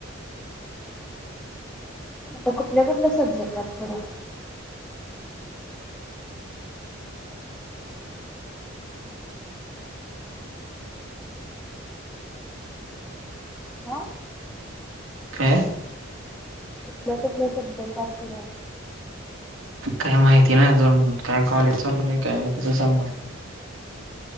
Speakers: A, in the centre; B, on the right (about 90°).
A: आता कुठल्या कुठल्या सब्जेक्ट आहेत पुढ? हा
B: काय?
A: कुठल्या कुठल सब्जेक्ट <unintelligible> फुढं
B: काय माहिती नाही आजून, काय कॉलेज चालू नाही काय नाही कसं सांगणार.